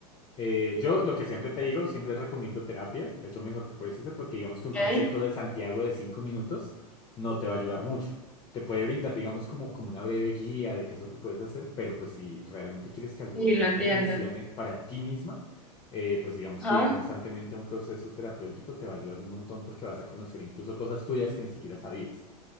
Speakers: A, on the left (about 25°); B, in the centre.
A: Eh, yo lo que siempre te digo, siempre recomiendo terapia, es lo mejor que puedes hacer porque digamos que un
B: Ok.
A: consejo de Santiago de cinco minutos no te va a ayudar mucho. Te puede brindar, digamos, como, como una breve guía de qué es lo que puedes hacer, pero pues si realmente quieres que algo,
B: Sí, lo
A: algo
B: entiendo.
A: que funcione para ti misma, eh, pues digamos
B: Ajá.
A: que ir constantemente a un proceso terapéutico te va a ayudar un montón porque vas a conocer incluso cosas tuyas que ni siquiera sabías.